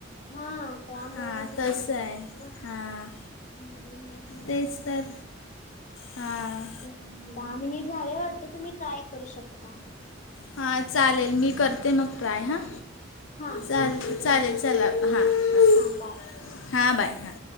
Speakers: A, on the left; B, on the left.
A: हा त्यामुळे
B: हां
A: तेनी
B: तसं
A: हे करतात
B: आहे
A: ना
B: हां
A: म्हणून मी पण विचारलं
B: तेच तर
A: पुढे
B: हां
A: दहा मिनिट झाले वाटतं तुम्ही ट्राय करू शकता?
B: हा चालेल मी करते मग ट्राय हा
A: हा
B: चाले
A: ठीक आहे
B: चालेल
A: बघ
B: चला हां ह
A: हा बाय.
B: हां बाय हा